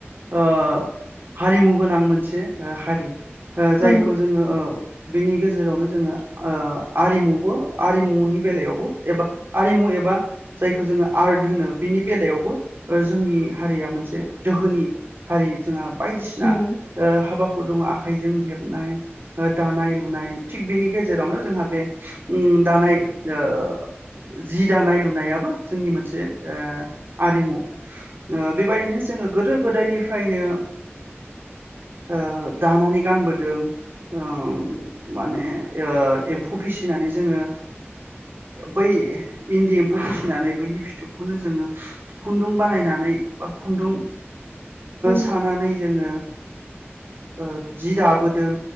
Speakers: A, on the right; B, on the left.
A: ओ हारिमु गोनां मोनसे हारि। ओ जायखौ
B: औ
A: जोङो ओ बेनि गेजेरावनो जोङो ओ आरिमुबो आरिमुनि बेलायावबो। एबा आरिमु एबा जायखौ जोङो आर्ट होनो बिनि बेलायावबो ओ जोंनि हारिया मोनसे दोहोनि हारि जोंहा बायदिसिना
B: उम
A: ओ हाबाफोर दङ' आह आखायजों हेबनाय दानाय लुनाय थि बेनि गेजेरावनो जोंहा बे ओम दानाय ओ जि दानाय लुनायाबो जोंनि मोनसे ओ आरिमु। ओ बेबायदिनो जोङो गोदो गोदायनिफ्रायनो ओ दानानै गानबोदों। ओ माने ओ एम्फौ फिसिनानै जोंङो बै इन्दि एम्फौ फिसिनानै बैनि फिथोबखौनो जोंङो खुन्दुं बानायनानै बा खुन्दुं
B: औ
A: सानानै जोंङो ओ जि दाबोदों